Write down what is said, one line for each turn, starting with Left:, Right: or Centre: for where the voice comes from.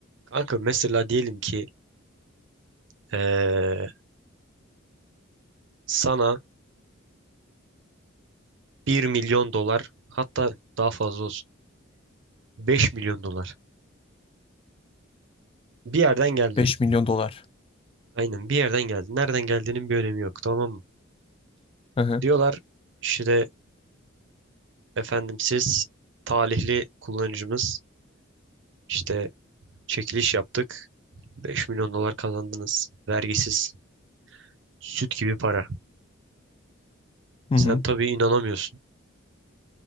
Right: Kanka mesela diyelim ki eee, sana bir milyon dolar hatta daha fazla olsun 5 milyon dolar bir yerden geldi.
Left: 5 milyon dolar.
Right: Aynen bir yerden geldi. Nereden geldiğinin bir önemi yok tamam mı?
Left: Hı hı.
Right: Diyorlar işte efendim siz talihli kullanıcımız işte çekiliş yaptık. beş milyon dolar kazandınız. Vergisiz. Süt gibi para.
Left: Hı
Right: Sen
Left: hı.
Right: tabii inanamıyorsun.